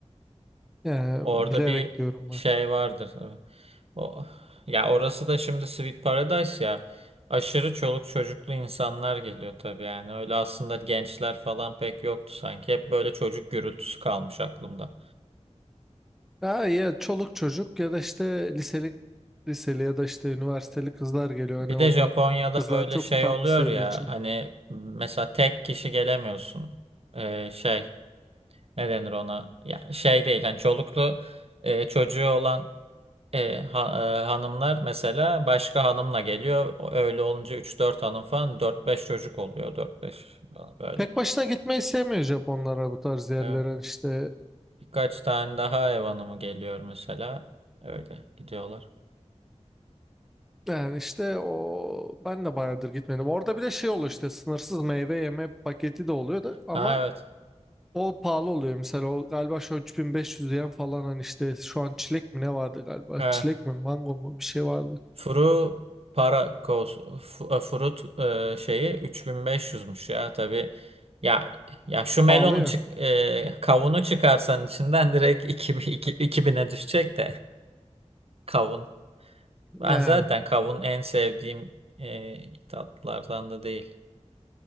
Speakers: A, in the centre; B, on the right (about 55°).
A: Yani
B: orada
A: bilerek
B: bir
A: diyorum
B: şey
A: ben.
B: vardır tabii. O, ya orası da şimdi Sweet Paradise ya aşırı çoluk çocuklu insanlar geliyor tabii yani öyle aslında gençler falan pek yoktu sanki hep böyle çocuk gürültüsü kalmış aklımda.
A: Ha, ya çoluk çocuk ya da işte liseli liseli ya da işte üniversiteli kızlar geliyor
B: Bir
A: hani orada
B: de Japonya'da
A: kızlar
B: böyle
A: çok
B: şey
A: tatlı
B: oluyor
A: sevdiği
B: ya
A: için.
B: hani mesela tek kişi gelemiyorsun Ee, şey ne denir ona ya şey değil hani çoluklu e, çocuğu olan E, ha- e, hanımlar mesela başka hanımla geliyor. Öyle olunca üç dört hanım falan dört beş çocuk oluyor. dört beş falan böyle.
A: Tek başına gitmeyi sevmiyor Japonlara bu tarz yerlere
B: Evet.
A: Hani işte
B: Birkaç tane daha ev hanımı geliyor mesela. Öyle gidiyorlar.
A: e, yani işte o ben de bayağıdır gitmedim. Orada bir de şey oluyor işte sınırsız meyve yeme paketi de oluyor da ama
B: Ha evet.
A: o pahalı oluyor mesela o galiba şu an 3500 yen falan hani işte şu an çilek mi ne vardı galiba
B: Evet.
A: çilek mi mango mu bir şey vardı
B: Furu para kos fu- e, furut e, şeyi 3500'müş ya tabii. Ya ya şu melonu
A: pahalı ya.
B: çık e, kavunu çıkarsan içinden direkt iki iki bin iki iki bine düşecek de kavun. Ben
A: ne.
B: zaten kavun en sevdiğim e, tatlılardan da değil.